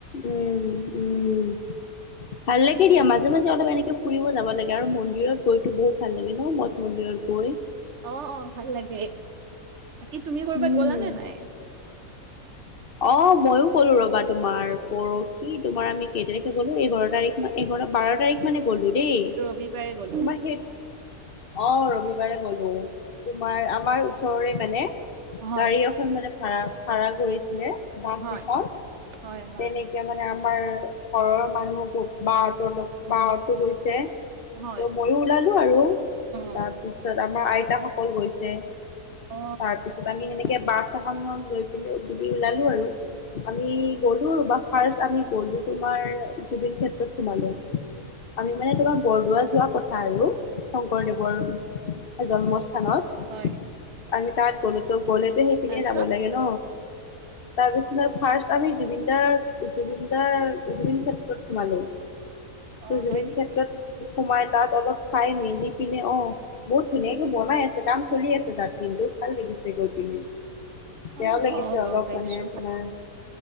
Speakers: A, on the left; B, on the right.
A: উম', উম'। ভাল লাগে দিয়া, মাজে মাজে অলপ এনেকে ফুৰিব যাব লাগে আৰু মন্দিৰত গৈতো বহুত ভাল লাগে ন মই মন্দিৰত গৈ
B: অ', অ' ভাল লাগে বাকী তুমি কৰ'বাত
A: উম
B: গ'লা নে নাই।
A: অ ময়ো গ'লো ৰবা তোমাৰ, পৰহি তোমাৰ আমি কেই তাৰিখে গ'লো এঘৰ তাৰিখ মান এঘৰ বাৰ তাৰিখ মানে গ'লো দেই তোমাৰ
B: ৰবিবাৰে গলো
A: সেই অ ৰবিবাৰে গ'লো তোমাৰ আমাৰ ওচৰৰে মানে
B: হয়
A: গাড়ী এখন মানে ভাড়া ভাড়া কৰিছিলে। বাছ
B: হয়
A: এখন
B: হয় হয়
A: তেনেকে মানে আমাৰ ঘৰৰ মানুহবো বা হঁতৰ লগ, বা হতো গৈছে
B: হয়
A: ত' মইও ওলালো আৰু
B: অ
A: তাত পিছত আমাৰ আইতাসকল গৈছে
B: অ
A: তাৰপিছ ত আমি সেনেকে বাছ এখন লৈ পিনে বুলি ওলালো আৰু। আমি গলো ৰবা, ফাৰ্ষ্ট আমি গলো তোমাৰ জুবিন ক্ষেত্ৰত সোমালো। আমি মানে তোমাৰ বৰদোৱা যোৱা কথা আৰু শংকৰদেৱৰ হয় জন্মস্থানত
B: হয়
A: আহি তাত গ'লো ত' গ'লেতো সেইপিনেই
B: তাৰপিছত
A: যাব লাগে ন।
B: <inaudible>
A: তাৰপিছনত ফাৰ্ষ্ট আমি জুবিনদাক, জুবিনদাৰ জুবিন ক্ষেত্ৰত সোমালো। ত
B: অ
A: জুবিন
B: হয় নেকি
A: ক্ষেত্ৰত সোমাই, তাত অলপ চাই মেলি পিনে অ'। বহুত ধুনীয়াকে বনাই আছে, কাম চলি আছে তাত কিন্তু ভাল লাগিছে গৈ পিনে।
B: অ
A: বেয়াও লাগিছে
B: অ
A: অলপ
B: গম পাইছো
A: মানে তোমাৰ